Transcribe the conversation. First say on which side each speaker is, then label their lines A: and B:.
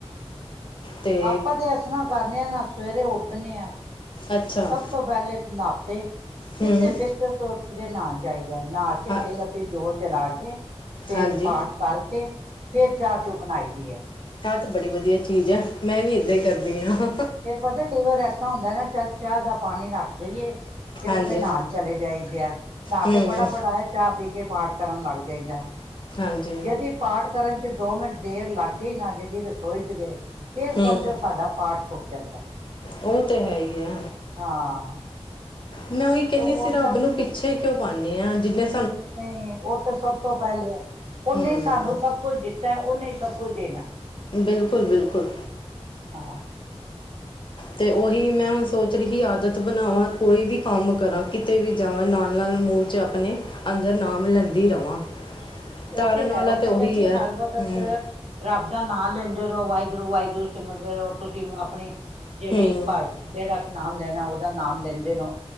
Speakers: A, on the left; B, on the right.
A: ਤੇ
B: ਆਪਾਂ ਤੇ ਇਸ ਤਰ੍ਹਾਂ ਕਰਨੇ ਆ ਨਾ, ਸਵੇਰੇ ਉੱਠਣੇ ਆਂ।
A: ਅੱਛਾ
B: ਸਭ ਤੋਂ ਪਹਿਲੇ ਨਾਤੇ, ਸਿੱਧੇ
A: ਹੂੰ
B: ਬਿਸਤਰ ਤੋਂ ਉੱਠ ਕੇ ਨਹਾਉਣ ਜਾਈਦਾ। ਨਹਾ ਕੇ,
A: ਹਾਂ
B: ਫੇਰ ਅਸੀਂ ਜੋਤ ਜਲਾ ਕੇ। ਫੇਰ
A: ਹਾਂਜੀ
B: ਪਾਠ ਕਰਕੇ ਫੇਰ ਚਾਹ-ਚੂ ਬਣਾਈ ਦੀ ਹੈ।
A: ਐ ਤੇ ਬੜੀ ਵਧੀਆ ਚੀਜ਼ ਐ, ਮੈਂ ਵੀ ਏਦਾਂ ਹੀ ਕਰਦੀ ਹਾਂ।
B: ਤੇ ਪਤਾ ਕਈ ਵਾਰ ਏਸ ਤਰ੍ਹਾਂ। ਏਦਾਂ ਹੁੰਦਾ ਨਾ, ਚੱਲ ਚਾਹ ਦਾ ਪਾਣੀ ਰੱਖ ਦੇਈਏ। ਤੇ ਉੱਥੇ
A: ਹਾਂਜੀ
B: ਨਹਾਨ ਚਲੇ ਜਾਈਦਾ ਨਹਾ
A: ਹੂੰ
B: ਕੇ ਫਟਾਫਟ ਆਏ ਚਾਹ ਪੀ ਕੇ ਪਾਠ ਕਰਨ ਲੱਗ ਜਾਈਦਾ।
A: ਹਾਂਜੀ
B: ਜਦੀ ਪਾਠ ਕਰਨ ਚ ਦੋ ਮਿੰਟ ਦੇਰ ਲੱਗ। ਜੇ ਲੱਗ ਗਈ ਰਸੋਈ ਚ ਦੇ ਫਿਰ
A: ਹੂੰ
B: ਸਮਝੋ ਸਾਡਾ ਪਾਠ ਛੁੱਟ ਜਾਂਦਾ।
A: ਉਹ ਤੇ ਹੈ ਹੀ ਆ।
B: ਹਾਂ।
A: ਮੈਂ ਉਹੀ ਕਹਿੰਦੀ
B: ਤੇ ਹੋਰ
A: ਅਸੀਂ ਰੱਬ
B: ਨਾਲ
A: ਨੂੰ ਪਿੱਛੇ ਕਿਉਂ ਪਾਉਨੇ ਹਾਂ। ਜਿੰਨੇ
B: ਨਹੀਂ ਨਹੀਂ, ਉਹ ਤੇ ਸਭ ਤੋਂ ਪਹਿਲੇ ਹੈ, ਉਹਨੇ
A: ਹੂੰ
B: ਸਾਨੂੰ ਸਭ ਕੁਝ ਦਿੱਤਾ ਉਹਨੇ ਹੀ ਸਭ ਕੁਝ ਦੇਣਾ।
A: ਬਿਲਕੁਲ ਬਿਲਕੁਲ।
B: ਹਾਂ।
A: ਤੇ ਉਹੀ ਮੈਂ ਹੁਣ ਸੋਚ ਰਹੀ ਆਦਤ ਬਣਾਵਾਂ, ਕੋਈ ਵੀ ਕੰਮ ਕਰਾਂ, ਕਿਤੇ ਵੀ ਜਾਵਾਂ ਨਾਲ-ਨਾਲ ਮੂੰਹ। 'ਚ ਆਪਣੇ ਅੰਦਰ ਨਾਮ ਲੈਂਦੀ ਰਵਾਂ।
B: ਉਹ
A: ਤਾਰਨ
B: ਤੇ ਹੈ।
A: ਵਾਲਾ
B: ਉਹ ਤੇ
A: ਤਾਂ ਉਹੀ
B: ਕਹਿੰਦੇ
A: ਹੈ
B: ਹਰ ਵਕਤ
A: ਹੂੰ
B: ਰੱਬ ਦਾ ਨਾਂ ਲੈਂਦੇ ਰਹੋ। ਵਾਹਿਗੁਰੂ ਵਾਹਿਗੁਰੂ ਸਿਮਰਦੇ ਰਹੋ। ਤੁਸੀਂ ਆਪਣੀ ਜਿਹੜੀ
A: ਹੂੰ
B: ਭਾਸ਼ ਜਿਹੜਾ ਨਾਮ ਲੈਣਾ। ਉਹਦਾ ਨਾਮ ਲੈਂਦੇ ਰਹੋ।